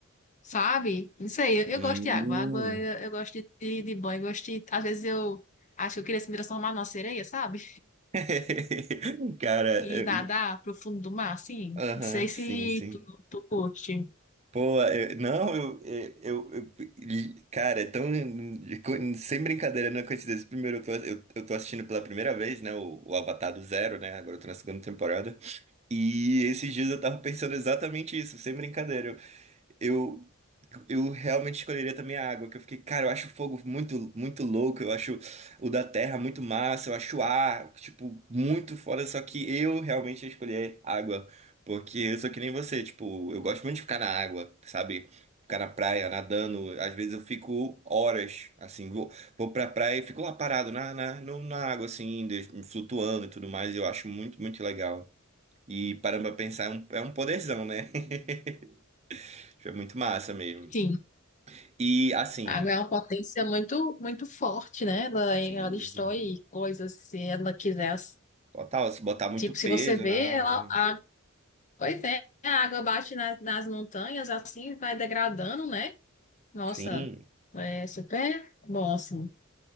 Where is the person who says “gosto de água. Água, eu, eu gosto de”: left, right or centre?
Left